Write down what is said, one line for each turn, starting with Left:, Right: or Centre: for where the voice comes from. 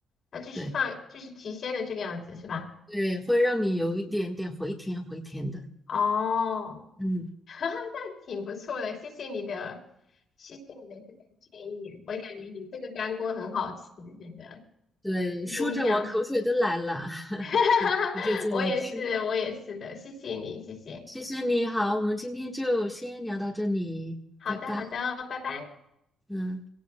Left: 那就是放就是提鲜的这个样子是吧？
Centre: 对对，会让你有一点点回甜回甜的。
Left: 哦，
Centre: 嗯，
Left: <laughs> 哈哈，那挺不错的，谢谢你的，谢谢你的这个建议，我感觉你这个干锅很好吃，真的，
Centre: 对，
Left: 谢谢你讲，
Centre: 说着我口水都来了，<laughs>
Left: <laughs>
Centre: 我就做来吃。
Left: 我也是，我也是的，谢谢你，谢谢，
Centre: 谢谢你好，我们今天就先聊到这里，
Left: 好的，
Centre: 拜拜。
Left: 好的哦，拜拜。
Centre: 嗯。